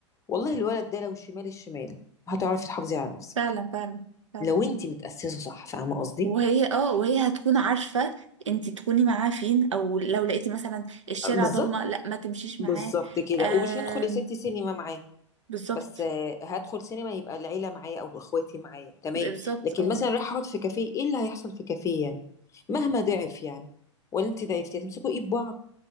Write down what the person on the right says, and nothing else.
فعلا فعلا فعلا
وهي اه وهي هتكون عارفة انت تكوني معاه فين او لو لقيتي مثلا الشارع
ضلمة لا ما تمشيش
معاه
آه
بالظبط
بالظبط
اه